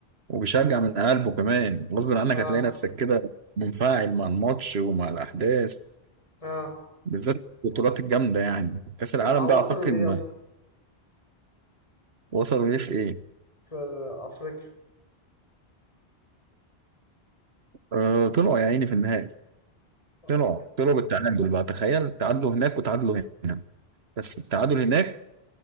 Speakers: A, on the right; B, on the left.
A: وبيشجع من قلبه كمان غصب عنك
B: اه
A: هتلاقي نفسك كده منفعل مع الماتش ومع الاحداث
B: اه
A: بالذات البطولات الجامده يعني كاس العالم
B: اما وصلوا
A: ده اعتقد
B: ليه
A: ما
B: اصلا
A: وصلوا ليه في ايه
B: في افريقيا
A: آه طلعوا يا عيني في النهائي
B: اه
A: طلعوا طلعوا بالتعادل بقى تخيل تعادلوا هناك وتعادلوا هنا بس التعادل هناك